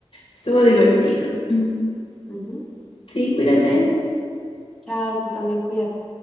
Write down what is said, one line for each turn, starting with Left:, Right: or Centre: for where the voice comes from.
Left: Estuvo divertido. Mm.
Centre: Ujú.
Left: Sí, cuídate.
Centre: Chao, tú también cuídate.